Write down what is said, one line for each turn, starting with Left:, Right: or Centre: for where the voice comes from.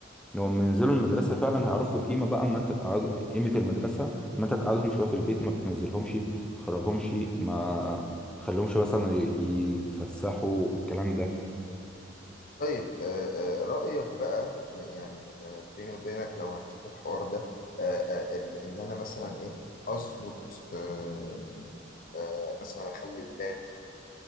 Centre: لو لما ينزلوا المدرسة فعلا هيعرفوا القيمة بقى اما انت تقعد قيمة المدرسة اما انت تقعدهم شوية في البيت ما بتنزلهمش ما تخرجهمش ما تخليهمش مثلا ي- يتفسحوا الكلام ده
Left: طيب آه، آه، رأيك بقى م- يعني آه، بيني وبينك لو هنشوف الحوار ده آه، آه، إن إن أنا مثلا إيه أظبط آه، آه، مثلا اخلي ولادي